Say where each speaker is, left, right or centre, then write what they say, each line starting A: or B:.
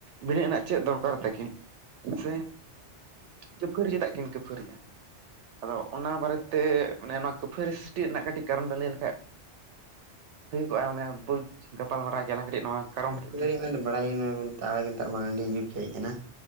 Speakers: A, on the right; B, on the right.
A: ᱵᱤᱱᱟᱹᱜ ᱨᱮᱱᱟᱜ ᱪᱮᱫ ᱫᱚᱨᱠᱟᱨ ᱛᱟᱹᱠᱤᱱ ᱥᱮ ᱠᱷᱟᱹᱯᱟᱹᱨᱤ ᱪᱮᱫᱟᱜ ᱠᱤᱱ ᱠᱷᱟᱹᱯᱟᱹᱨᱤᱜᱼᱟ ᱟᱫᱚ ᱚᱱᱟ ᱵᱟᱨᱮᱛᱮ ᱢᱟᱱᱮ ᱱᱚᱣᱟ ᱠᱟᱹᱯᱟᱹᱨᱤ ᱥᱨᱤᱥᱴᱤ ᱨᱮᱱᱟᱜ ᱠᱟᱹᱴᱤᱡ ᱠᱟᱨᱚᱱ ᱵᱮᱱ ᱞᱟᱹᱭ ᱞᱮᱠᱷᱟᱡ ᱦᱩᱭ ᱠᱚᱜᱼᱟ ᱢᱟᱱᱮ ᱵᱩᱡᱽ ᱜᱟᱯᱟᱞᱢᱟᱨᱟᱣ ᱠᱟᱹᱴᱤᱢ ᱱᱚᱣᱟ ᱠᱟᱨᱚᱱ
B: ᱥᱟᱥᱛᱚ
A: ᱦᱚᱛᱮᱡ ᱛᱮ
B: ᱫᱚ ᱵᱟᱲᱟᱭᱮᱱ ᱱᱮᱛᱟᱨ ᱢᱟ ᱦᱟᱺᱰᱤ ᱡᱩᱜᱽ ᱦᱮᱡ ᱟᱠᱟᱱᱟ